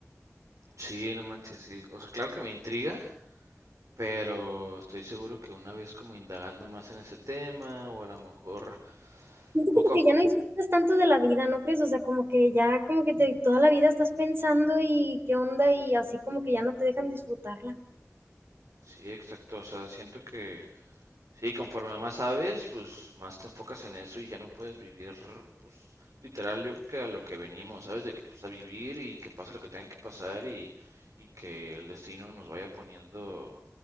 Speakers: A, on the right; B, on the right.
A: Sí, no manches, sí. O sea, claro que me intriga, pero estoy seguro que una vez como indagando más en ese tema, o a lo mejor
B: siento
A: poco
B: como que
A: a...
B: ya no disfrutas tanto de la vida, ¿no crees? O sea, como que ya, como que te, toda la vida estás pensando y qué onda y así como que ya no te dejan disfrutarla.
A: Sí, exacto. O sea, siento que sí, conforme más sabes, pues más te enfocas en eso y ya no puedes vivir, pues literal, yo creo que a lo que venimos, ¿sabes? De que pues a vivir y que pase lo que tenga que pasar y, y que el destino nos vaya poniendo,